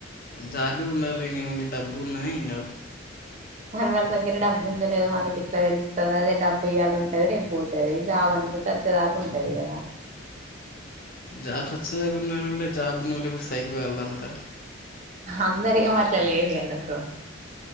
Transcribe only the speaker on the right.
అందరి దగ్గర డబ్బు ఉందొ లేదా మనకి ఇట్లా తెలుస్తుంది అదే డబ్బు ఇయాల ఉంటది రేపూ పోతది జాబ్ అంట చచ్చేదాకుంటది కదా
అందరేమి ఆట్లా లేరు కదా బ్రో